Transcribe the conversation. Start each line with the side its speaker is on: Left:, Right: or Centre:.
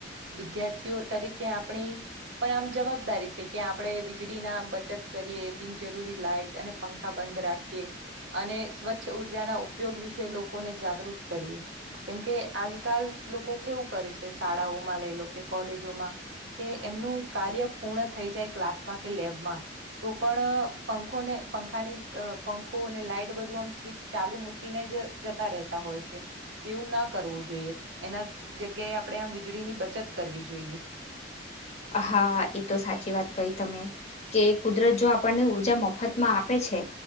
Right: વિદ્યાર્થીઓ તરીકે આપણી પણ આમ જવાબદારી છે કે આપણે વીજળી ના બચત કરીએ બિનજરૂરી લાઈટ અને પંખા બંધ રાખીએ અને સ્વચ્છ ઉા બજા ના ઉપયોગ વિશે લોકોને જાગૃત કરીએ કેમકે આજકાલ લોકો કેવું કરે છે શાળાઓમાં લ લો કે કોલેજોમાં કે એમનું કાર્ય પૂર્ણ થઈ જાય ક્લાસમાં કે લે તો પણ પંખોને પંખાની પંખોને લાાઈટ બધું આમ સ્વચ ચાલુ મૂકીને જ જતા રહેતા હોય છે તેવું ના કરવું જોઈએ એના જગ્યાએ આપણે આમ વીજળી ની બચત કરવી જોઈએ <inaudible>
Left: હા એ તો સાચી વાત કઈ તમે કે કુદરત જો આપણને ઊર્જા મફતમાં આપે છ છે